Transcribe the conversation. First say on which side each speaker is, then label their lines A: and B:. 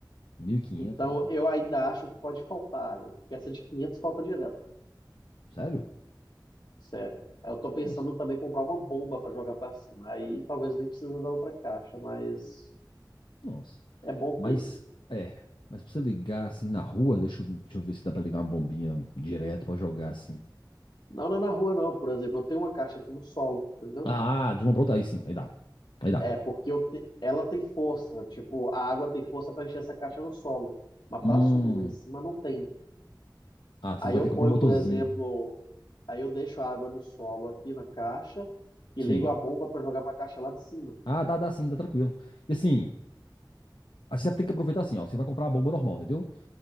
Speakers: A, on the left; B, on the left.
A: 1.500
B: Então
A: litros.
B: eu ainda acho que pode faltar água. Porque essa de 500 falta direto.
A: Sério?
B: Sério. Eu tô
A: Nossa,
B: pensando também em comprar uma bomba para jogar para cima. Aí talvez nem precisa da outra caixa, mas
A: nossa.
B: é bom ter.
A: Mas, é. Mas pra você ligar assim na rua, deixa eu, deixa eu ver se dá pra ligar uma bombinha direto pra jogar assim.
B: Não, não é na rua, não. Por exemplo, eu tenho uma caixa aqui no solo, entendeu?
A: Ah, de uma pra outra, aí sim, aí dá. Aí dá.
B: É, porque eu te- ela tem força. Tipo, a água tem força para encher essa caixa no solo. Mas
A: Hum.
B: para subir lá em cima não tem.
A: Ah, você
B: Aí
A: vai
B: eu
A: ter
B: ponho,
A: que comprar um motorzinho.
B: por exemplo, aí eu deixo a água no solo aqui na caixa e
A: Sim.
B: ligo a bomba para jogar para a caixa lá de cima.
A: Ah, dá, dá sim, dá tranquilo. E assim, aí você tem que aproveitar assim, ó. Você vai comprar a bomba normal, entendeu?